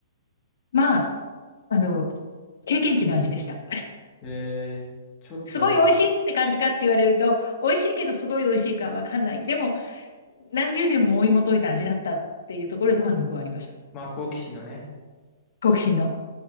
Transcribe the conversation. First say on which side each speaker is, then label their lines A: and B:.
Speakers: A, on the left; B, on the left.
A: まあ、あの、経験値の味でした。
B: えー、ちょっと、
A: すごい美味しいって感じかって言われると、美味しいけどすごい美味しいかわかんない。でも、何十年も追い求めた味だったっていうところで満足はありました。
B: まあ、好奇心のね、
A: 好奇心の。